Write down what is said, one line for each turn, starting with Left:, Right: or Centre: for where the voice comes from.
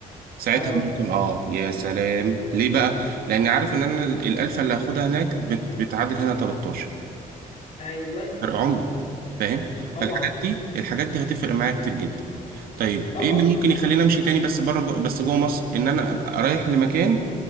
Right: ساعتها
Left: اه
Right: ممكن اه يا سلام ليه بقى لاني عارف ان انا الالفة اللي هاخدها هناك بت... بتعادل هنا 13
Left: ايوان
Right: فرق عملة فاهم
Left: طبعا
Right: فالحاجات دي الحاجات دي هتفرق معايا كتير جدا طيب
Left: طبعا
Right: ايه اللي ممكن يخليني امشي تاني بس بره جو... بس جوه مصر ان انا ابقى رايح لمكان